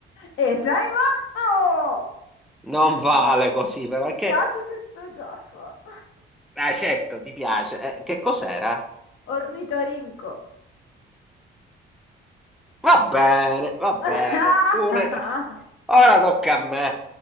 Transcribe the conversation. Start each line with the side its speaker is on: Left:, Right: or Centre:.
Left: E sei morto!
Centre: Non vale
Left: Mi,
Centre: così, però,
Left: mi
Centre: è che...
Left: piace questo gioco.
Centre: L'accetto, ti piace. Eh, che cos'era?
Left: Ornitorinco.
Centre: Va bene, va bene.
Left: <laughs>
Centre: Una- Ora tocca a me.